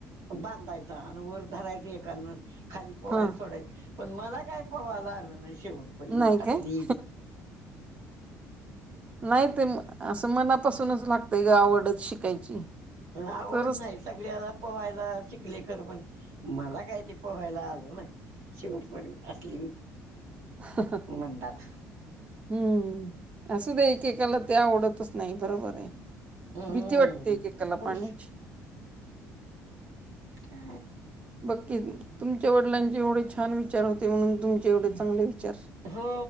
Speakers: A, on the right; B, on the right.
A: बांधायचा आणि वर धरायच एकाने खाली पोहायला
B: हां,
A: सोडायत पण मला काय पोवायला आलं नाही शेवट
B: नाही
A: असली
B: काय?
A: एडी
B: नाही ते असं मनापासूनच लागतय ग आवडत शिकायची
A: आवड
B: तरच
A: नाही सगळ्याला पोहायला शिकले कर पण मला काय ते पोहायला आलं ना शेवटप असली
B: <inaudible> <inaudible>
A: मंदाला
B: <inaudible> हम्म असु द एकेकाला ते आवडतच नाही बरोबर आहे
A: हम्म
B: भीती वाटते कला
A: खुश
B: पाण्याची
A: का
B: बक्की तुमच्या वडिलांचे एवढे छान विचार होते म्हणून तुमचे एवढे चांगले विचार
A: हो